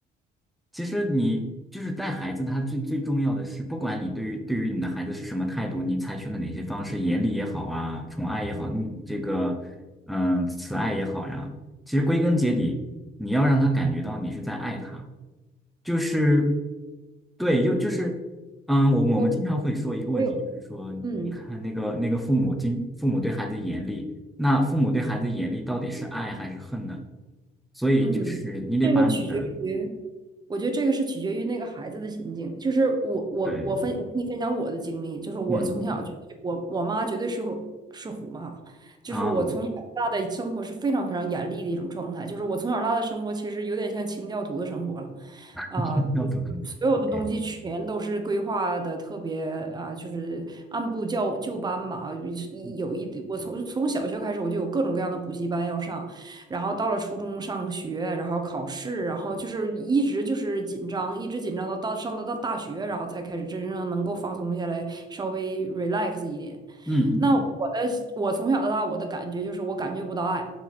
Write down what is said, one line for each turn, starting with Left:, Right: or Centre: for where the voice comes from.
Centre: 其实你就是带孩子，他最最重要的是，不管你对于对于你的孩子是什么态度，你采取了哪些方式，严厉也好啊，宠爱也好，你这个嗯慈爱也好呀，其实归根结底，你要让他感觉到你是在爱他，就是对，又就是嗯，我我们经常会说一个问题，
Right: 我我有，
Centre: 就是说，
Right: 嗯
Centre: 你看那个那个父母经父母对孩子严厉，那父母对孩子严厉到底是爱还是恨呢？所以就是你得把你的。
Right: 嗯，这个取决于。我觉得这个是取决于那个孩子的心境。就是我我我分我跟你分享我的经历，
Centre: 对，
Right: 就是我从小就我我妈绝对是虎是虎妈，
Centre: 嗯嗯
Right: 就是我从小到大的生活是非常非常严厉的一种状态。
Centre: 嗯啊，
Right: 就是我从小到大的生活其实有点像清教徒的生活了，啊、
Centre: <laughs> 要多以
Right: 就是所有的东西全都是规划的特别啊、
Centre: o k
Right: 就是按部就就班吧。有一有一我从从小学开始我就有各种各样的补习班要上。
Centre: 嗯嗯
Right: 然后到了初中上学，然后考试，然后就是一直就是紧张，一直紧张到到上到到大学，然后才开始真正能够放松下来，稍微 relax 一点。
Centre: 嗯嗯
Right: 那我的我从小到大我的感觉就是我感觉不到爱，